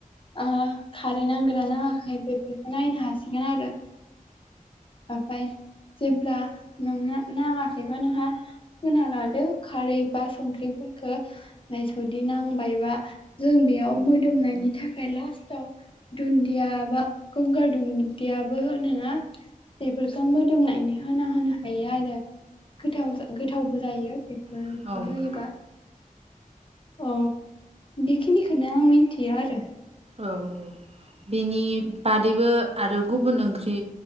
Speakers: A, on the left; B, on the right.
A: ओ खारै नांगोना नाङाखै बेफोरखौ नायनो हासिगोन आरो। ओमफाय जेब्ला नोंना नाङाखैबा नोंहा होना लादो खारै बा संख्रिफोरखो। नायस'दि नांबायबा जों बेयाव मोदोमनायनि थाखाय लास्टाव दुन्दिया बा गंगार दुन्दियाबो होनोना बेफोरखौ मोदोमनायनि होना होनो हायो आरो गोथाव जा
B: औ
A: गोथावबो जायो बेफोरफोरखो
B: औ
A: होयोबा।
B: औ
A: औ बेखिनिखोनो आं मिन्थिया आरो।
B: औ औ। बेनि बादैबो आरो गुबुन ओंख्रि